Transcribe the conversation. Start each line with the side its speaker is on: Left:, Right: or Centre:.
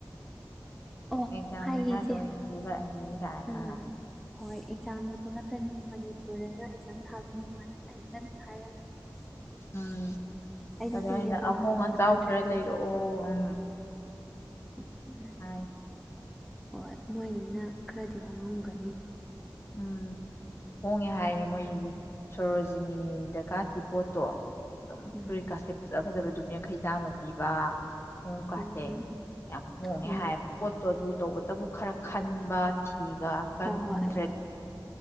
Centre: ꯑꯣ
Left: ꯑꯦꯛꯖꯥꯝ
Centre: ꯍꯥꯏꯌꯦ
Left: ꯃꯌꯥꯗ
Centre: ꯏꯆꯦ
Left: ꯑꯣꯏꯅ ꯊꯣꯛꯂꯛ ꯑꯅꯤ ꯀꯥꯏꯅ
Centre: ꯎꯝ
Left: ꯑꯥ
Centre: ꯍꯣꯏ ꯑꯦꯛꯖꯥꯝꯗꯣ ꯊꯣꯛꯂꯛꯀꯅꯤ ꯃꯅꯤꯄꯨꯔꯗꯅ ꯑꯦꯛꯖꯥꯝ ꯊꯥꯕ ꯅꯨꯡꯉꯥꯏ ꯀꯥꯏꯅꯒꯗꯤ ꯍꯥꯏꯔꯝꯃꯤ
Left: ꯎꯝ
Centre: ꯑꯩꯗꯤ
Left: ꯑꯗ
Centre: ꯀꯨꯏꯔꯦ
Left: ꯑꯩꯅ
Centre: ꯄꯥꯎꯒ
Left: ꯑꯍꯣꯡ
Centre: ꯐꯥꯎꯅꯗ꯭ꯔꯦ
Left: ꯑꯆꯥꯎ ꯈꯔ ꯂꯩꯔꯛꯑꯣ ꯎꯝ
Centre: ꯎꯝ
Left: ꯍꯥꯏ
Centre: ꯍꯣꯏ ꯃꯣꯏꯗꯨꯅ ꯈꯔꯗꯤ ꯍꯣꯡꯉꯝꯒꯅꯤ
Left: ꯎꯝ ꯍꯣꯡꯉꯦ ꯍꯥꯏꯌꯦ ꯃꯣꯏꯒꯤ ꯁꯣꯔꯣꯖꯤꯅꯤ ꯗꯀꯥꯗꯤ ꯄꯣꯠꯇꯣ ꯑꯗꯨꯝ
Centre: ꯎꯝ
Left: ꯐꯨꯔꯤꯠꯀꯥꯁꯦ ꯐꯖ ꯐꯖꯕ ꯑꯗꯨꯝ ꯌꯥꯡꯈꯩ ꯆꯥꯝꯃ ꯄꯤꯕ ꯈꯣꯡꯎꯞꯀꯥꯁꯦ
Centre: ꯎꯝ
Left: ꯌꯥꯝ ꯍꯣꯡꯉꯦ
Centre: ꯍꯣꯏ
Left: ꯍꯥꯏꯌꯦꯕ ꯄꯣꯠꯇꯣ ꯑꯗꯨꯕꯨ ꯇꯧꯕꯇꯕꯨ ꯈꯔ ꯈꯟꯕ ꯊꯤꯕ ꯊꯤꯕ ꯀꯟꯗ꯭ꯔ
Centre: ꯍꯣꯏ ꯍꯣꯏ